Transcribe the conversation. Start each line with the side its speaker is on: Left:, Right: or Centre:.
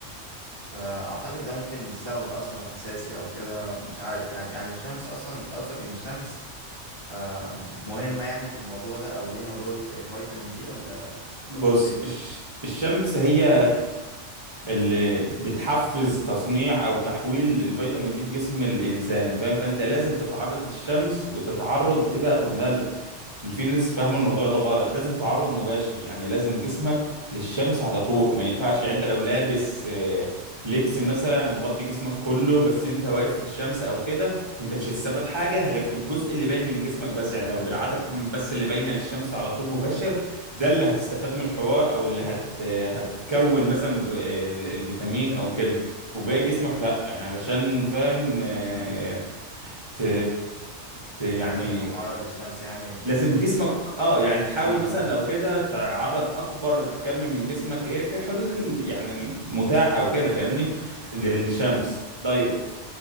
Left: فاعتقد ده ممكن سبب اصلا اساسي او كده مش عارف يعني يعني الشمس اصلا انت قصدك ان الشمس أه مهمه يعني في الموضوع ده او ليها دور في فيتامين دي ولا تقصد
Right: بص
Left: ايه ولا-
Right: الش- الشمس هي اللي بتحفز تصنيع او تحويل الفيتامين دي في جسم الانسان فاهم فانت لازم تتعرض للشمس وتتعرض ايه بقى خد بالك ان في ناس فاهمه الموضوع ده غلط لازم تعرض مباشر يعني لازم جسمك للشمس على طول ما ينفعش يعني انت لو لابس آه، لبس مثلا ومغطي جسمك كله بس انت واقف في الشمس او كده انت مش هتستفاد حاجه غير في الجزء اللي باين من جسمك بس يعني لو دراعاتك
Left: م- م-
Right: بس اللي باينه للشمس على طول مباشر ده اللي هتستفاد من الحوار او اللي هت هتكون مثلا في ال- الفيتامين او كده وباقي جسمك لا يعني علشان فاهم آه،
Left: م- م.
Right: ت... ت... يعني
Left: لازم اكون معرض للشمس يعني
Right: لازم جسمك اه يعني تحاول
Left: امم
Right: مثلا لو كده تعرض اكبر كم من جسمك ايه في حدود ال... يعني المتاح او كده فاهمني للشمس
Left: امم
Right: دايركت